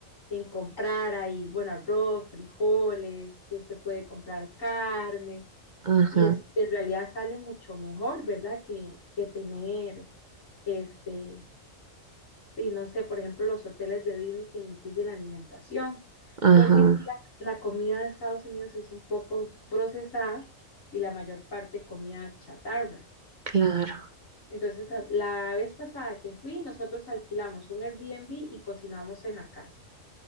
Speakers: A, on the left (about 80°); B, on the right (about 45°).
A: en comprar ahí, bueno, arroz, frijoles, que se puede comprar carnes,
B: ajá.
A: y es, en realidad sale mucho mejor, ¿verdad? Que, que tener este, y no sé, por ejemplo, los hoteles de Disney que le incluye la alimentación,
B: Ajá,
A: porque sí, la, la comida de Estados Unidos es un poco procesada y la mayor parte comida chatarra.
B: claro.
A: Entonces, a- la vez pasada que fui, nosotros alquilamos un Airbnb y cocinamos en la casa.